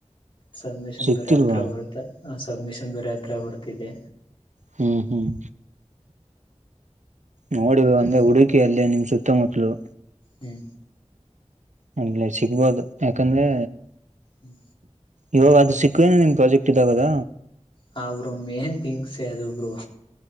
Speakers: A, on the left (about 45°); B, on the right (about 85°).
A: ಸಬ್ಮಿಷನ್
B: ಸಿಕ್ತಿಲ್ವಾ
A: ಬರ ಹತ್ರ ಬರ್ತ ಸಬ್ಮಿಷನ್ ಬರೆ ಹತ್ರ ಬರ್ತದೆ
B: ಹ್ಮ್ ಹ್ಮ್ ನೋಡಿ ಅಂದ್ರೆ ಹುಡುಕಿಯಲ್ಲೇ ನಿಮ್ ಸುತ್ತಮುತ್ತಲುು
A: ಹ್ಮ್
B: ಅಲೆ ಸಿಗ್ಬೋದು ಯಾಕಂದ್ರೆ
A: ಹ್ಮ್
B: ಇವಾಗ ಅದು ಸಿಕ್ಕುವೇನ ನಿನ್ ಪ್ರಾಜೆಕ್ಟ್ ಇದಾಗದ
A: ಹರು ಮೇನ್ ಗ್ಸ್ ಅಬ್ರು